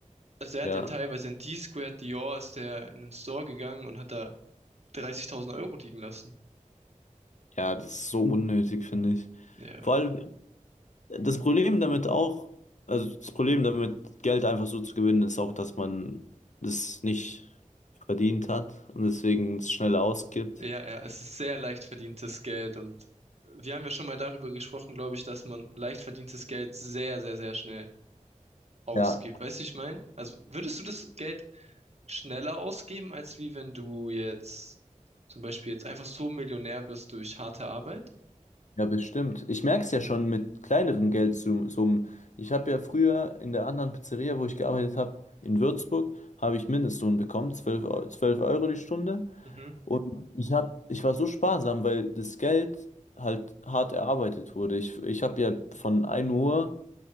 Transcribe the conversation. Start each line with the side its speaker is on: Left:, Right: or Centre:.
Right: Also er
Left: Ja.
Right: hat ja teilweise in D-Squared Dior ist der in den Store gegangen und hat da 30.000 Euro liegen lassen.
Left: Ja, das ist so unnötig, finde ich.
Right: Ja,
Left: Vor allem das Problem damit auch, also das Problem damit, Geld einfach so zu gewinnen, ist auch, dass man das nicht verdient hat und deswegen es schneller ausgibt.
Right: ja, ja, es ist sehr leicht verdientes Geld und wir haben ja schon mal darüber gesprochen, glaube ich, dass man leicht verdientes Geld sehr, sehr, sehr schnell ausgibt.
Left: Ja,
Right: Weißt du, ich meine? Also würdest du das Geld schneller ausgeben, als wie wenn du jetzt zum Beispiel jetzt einfach so Millionär wirst durch harte Arbeit?
Left: ja, bestimmt. Ich merke es ja schon mit kleineren Geldsummen. Ich habe ja früher in der anderen Pizzeria, wo ich gearbeitet habe, in Würzburg, habe ich Mindestlohn bekommen, zwölf Eu- 12 Euro die Stunde.
Right: Mhm,
Left: Und ich hab, ich war so sparsam, weil das Geld halt hart erarbeitet wurde. Ich, ich habe ja von ein Uhr